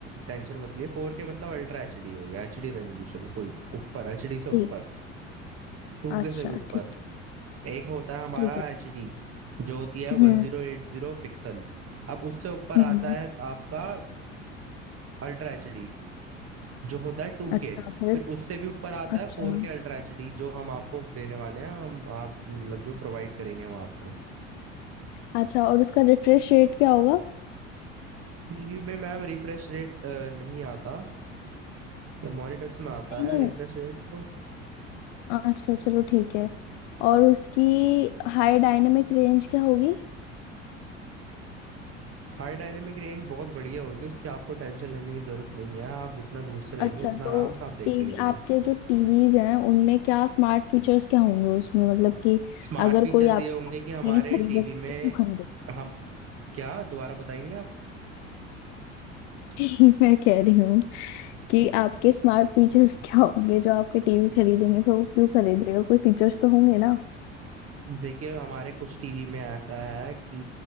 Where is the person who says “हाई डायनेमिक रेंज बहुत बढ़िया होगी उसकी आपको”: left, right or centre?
Right